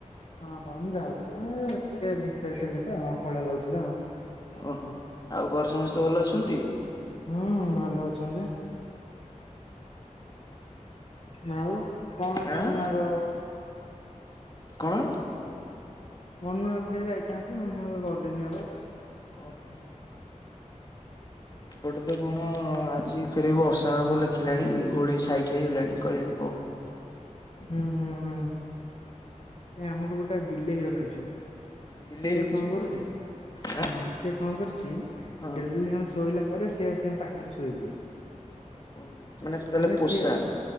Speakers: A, on the left; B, on the left.
A: ହଁ ହଁ ମୁଁ ଯାଉଚି ଅଁ ଏ ଟିକେ ଭି ତେରେ ଥିଲି ତ ହଁ। କଳା ଲାଗୁଥିଲା ଆଉଁ।
B: ଓହୋ ଆଉ ଘରେ ସମସ୍ତେ ଭଲ ଅଛନ୍ତି?
A: ହୁଁ ହୁଁ ଭଲ ଅଛନ୍ତି। ଆଉ କଣ
B: ଆଁ
A: ତମାର?
B: କଣ?
A: ମନୁ <unintelligible> ଯାଇଥାନ୍ତି ମନୁ ଗଲିନି ଆଉ ଆଉ।
B: ଓହୋ। ଏପଟେ ତ କଣ ଆଜି ଫେରେ ବର୍ଷା ହବ ଲେଖିଲାଣି ଘୋଡେଇ ଛାଇଛାଇ ହେଲାଣି କହିଲେଣି କଣ ହବ।
A: ହୁଁ ହୁଁ ହୁଁ। ଏ ଆମର ଗୋଟେ ବିଲେଇ ରଖିଚୁ।
B: ବିଲେଇ
A: ସେ
B: ରଖିଛ
A: କଣ
B: କି
A: କରୁଛି
B: ଗୋଟେ
A: ହଁ
B: ଆଁ
A: ସେ କଣ କରୁଛି
B: ହଁ।
A: ଡେଲି ଆମେ ଶୋଇଲା ପରେ ସେ ଆସି ଆମ ପାଖେରେ ଶୋଇ ପଡୁଛି।
B: ଓହୋ ମାନେ ତାଲେ
A: ଆରେ
B: ପୋଷା?
A: ସିଏ